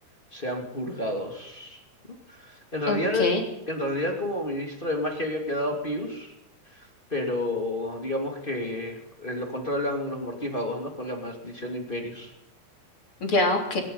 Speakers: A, on the left; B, on the left.
A: sean purgados, ¿no? En realidad,
B: Ok,
A: en realidad como ministro de magia había quedado Pius, pero digamos que eh, lo controlan los mortífagos, ¿no? Con la maldición de Imperius.
B: ya, ok.